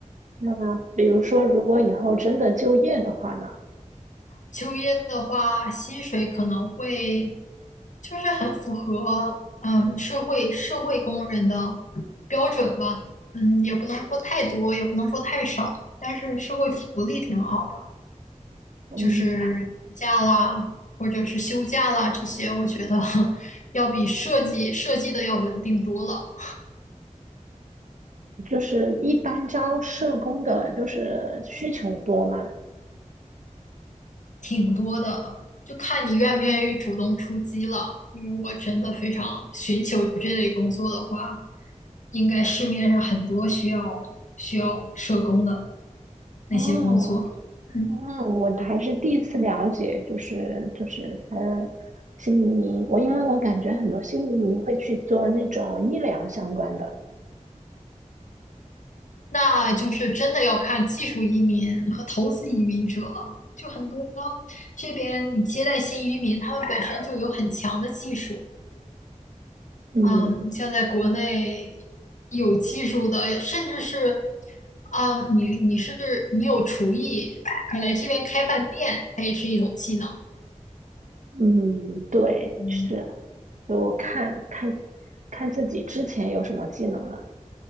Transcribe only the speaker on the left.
秋叶的话，薪水可能会就是很符合嗯社会社会工人的标准吧，嗯，也不能说太多，也不能说太少，但是社会福利挺好的。
就是假啦，或者是休假啦这些，我觉得 <laughs> 要比设计设计的要稳定多了，
挺多的。就看你愿不愿意主动出击了。你如果真的非常寻求这类工作的话，应该市面上很多需要需要社工的那些工作。
嗯。
那就是真的要看技术移民和投资移民者了。就很多这边你接待新移民，他们本身就有很强的技术。
嗯，像在国内有技术的，甚至是啊、你你是你有厨艺，你来这边开饭店，它也是一种技能。
嗯，